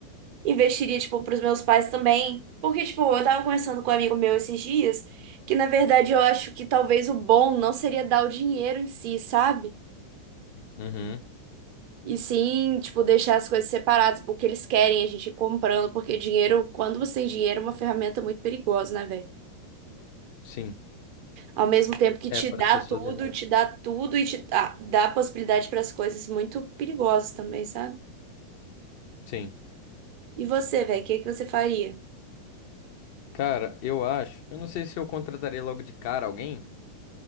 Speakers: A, on the right; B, on the left.
A: Investiria, tipo, pros meus pais também. Porque, tipo, eu tava conversando com um amigo meu esses dias, que na verdade eu acho que talvez o bom não seria dar o dinheiro em si, sabe?
B: Uhum.
A: E sim, tipo, deixar as coisas separadas, porque eles querem a gente ir comprando, porque dinheiro, quando você tem dinheiro, é uma ferramenta muito perigosa, né, velho?
B: Sim.
A: Ao mesmo tempo que te
B: É para
A: dá
B: as pessoas
A: tudo,
B: erradas.
A: te dá tudo e te dá, dá possibilidade para as coisas muito perigosas também, sabe?
B: Sim.
A: E você, velho, o que que você faria?
B: Cara, eu acho. Eu não sei se eu contrataria logo de cara alguém,